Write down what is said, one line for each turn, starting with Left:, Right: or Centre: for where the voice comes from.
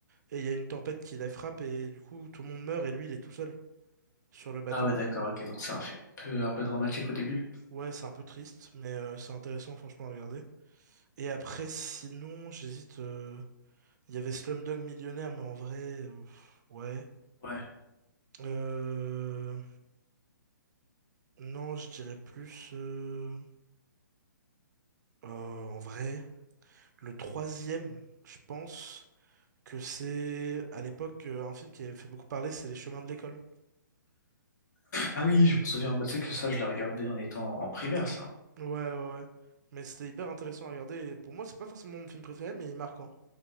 Right: et il y a une tempête qui la frappe et du coup tout le monde meurt et lui il est tout seul sur le bateau
Left: Ah ouais, d'accord, ok, donc c'est un film un peu, un peu dramatique au début.
Right: ouais c'est un peu triste mais euh, c'est intéressant franchement à regarder et après sinon j'hésite euh, Il y avait Slumdog Millionnaire, mais en vrai, euh, ouais.
Left: Ouais.
Right: Euh, non, je dirais plus. euh, euh, en vrai, le troisième, je pense que c'est à l'époque euh, un film qui avait fait beaucoup parler, c'est Les Chemins de l'école.
Left: Ah oui, je m'en souviens, bah, tu sais que ça, je l'ai regardé en étant en primaire, ça.
Right: Ouais, ouais, ouais. Mais c'était hyper intéressant à regarder. Et pour moi, c'est pas forcément mon film préféré, mais il est marquant.